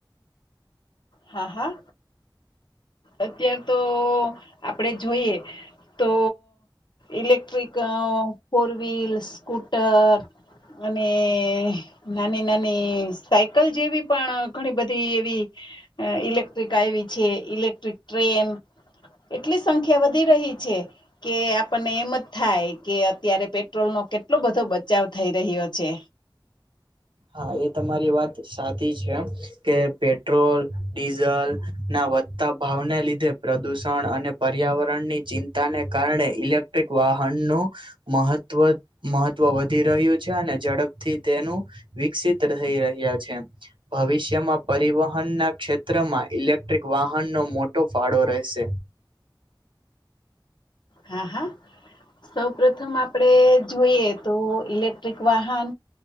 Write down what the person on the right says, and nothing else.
હા, એ તમારી વાત સાચી છે. એમ કે પેટ્રોલ, ડીઝલના વધતા ભાવને લીધે પ્રદુષણ અને પર્યાવરણની ચિંતાને કારણે ઇલેક્ટ્રિક વાહનનું મહત્વ મહત્વ વધી રહ્યું છે અને ઝડપથી તેનું વિકસિત રહી રહ્યા છે. ભવિષ્યમાં પરિવહનના ક્ષેત્રમાં ઇલેક્ટ્રિક વાહનનો મોટો ફાળો રેહશે.